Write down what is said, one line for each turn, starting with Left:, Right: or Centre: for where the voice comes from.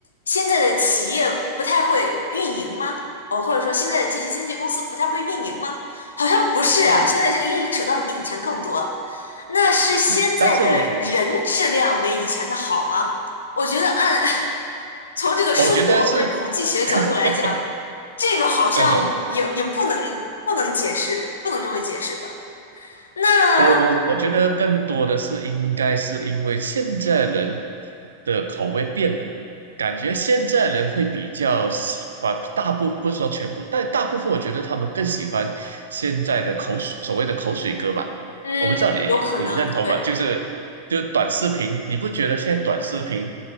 Left: 现在的企业不太会运营吗？哦，或者说现在的这些经纪公司不太会运营吗？好像不是啊，
Right: 嗯。
Left: 现在这个运营手段比以前更多了。那是现在的人质量没以前的好吗？
Right: 对，<laughs> 但是我
Left: 我觉得按 <laughs> 从这个数学或者是统计学角度来讲，
Right: 我觉得是，<laughs>
Left: 这个好像也也不能不能解释，
Right: 嗯哼，
Left: 不能这么解释吧？那
Right: 我我我觉得更多的是应该是因为现在人的口味变了，感觉现在人会比较喜欢，大部不是说全部，但大部分我觉得他们更喜欢现在的口水，所谓的口水歌吧。
Left: 嗯，
Right: 我不知道你你认同吗？
Left: 有可能，对
Right: 就是就是短视频，你不觉得现在短视频